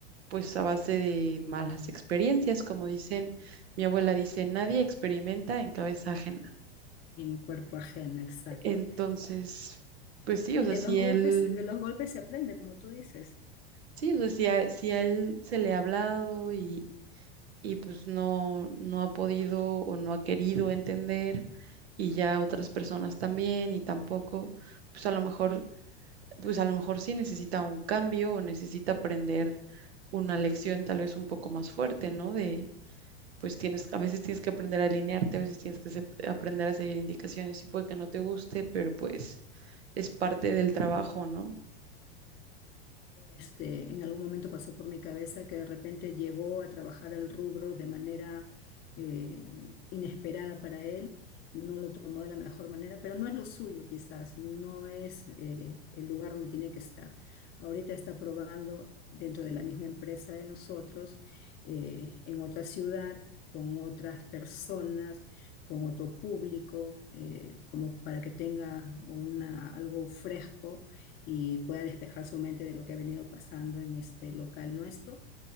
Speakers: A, on the right; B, on the left.
A: pues a base de malas experiencias, como dicen, mi abuela dice, nadie experimenta en cabeza ajena.
B: en cuerpo ajeno, exacto.
A: Entonces, pues sí, o
B: Y
A: sea,
B: de
A: si
B: los golpes,
A: él,
B: de los golpes se aprende, como tú dices.
A: sí, o sea, si a, si a él se le ha hablado y, y pues no, no ha podido o no ha querido entender y ya otras personas también y tampoco, pues a lo mejor, pues a lo mejor sí necesita un cambio o necesita aprender una lección tal vez un poco más fuerte, ¿no? De, pues tienes, a veces tienes que aprender a alinearte, a veces tienes que se- aprender a seguir indicaciones y puede que no te guste, pero pues es parte del trabajo, ¿no?
B: Este, en algún momento pasó por mi cabeza que de repente llegó a trabajar el rubro de manera eh, inesperada para él, no lo tomó de la mejor manera, pero no es lo suyo quizás, no es eh, el lugar donde tiene que estar. Ahorita está probando dentro de la misma empresa de nosotros, eh, en otra ciudad, con otras personas, con otro público, eh, como para que tenga una, algo fresco y pueda despejar su mente de lo que ha venido pasando en este local nuestro,